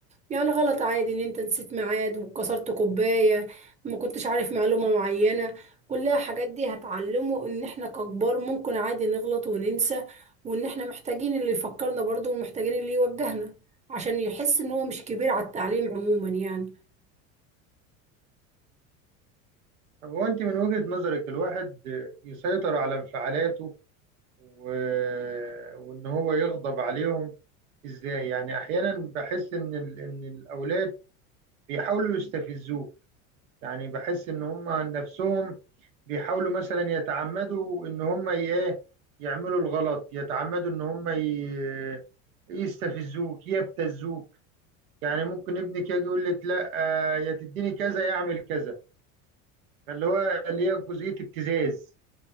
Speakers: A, on the right; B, on the right.
A: يعني غلط عادي ان انت نسيت ميعاد وكسرت كوباية ما كنتش عارف معلومة معينة كلها حاجات دي هتعلمه ان احنا ككبار ممكن عادي نغلط وننسى وان احنا محتاجين اللي يفكرنا برضه ومحتاجين اللي يوجهنا عشان يحس ان هو مش كبير على التعليم عموما يعني
B: طب هو انت من وجهة نظرك الواحد آه، يسيطر على انفعالاته و... وان هو يغضب عليهم ازاي يعني احيانا بحس ان ال... ان الاولاد بيحاولوا يستفزوه يعني بحس ان هم عن نفسهم بيحاولوا مثلا يتعمدوا ان هم ي- ايه يعملوا الغلط يتعمدوا ان هم ي... يستفزوك يبتزوك يعني ممكن ابنك يجي يقول لك لا آه، يا تديني كذا يعمل كذا فاللي هو اللي هي جزئية ابتزاز